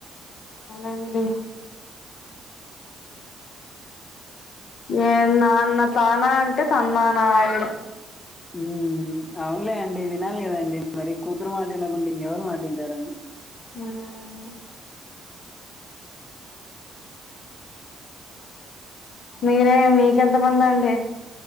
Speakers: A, on the left; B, on the left.
A: అవునండి న నాన్న తానా అంటే తన్నానా ఆవిడ
B: ఉ అవునులే అండి వినాలి కదండి మరి కూతురు మాట్నకుండా ఇంకెవరు మాట్ంటారండి
A: హ మీరే మీకెంతమంది అండి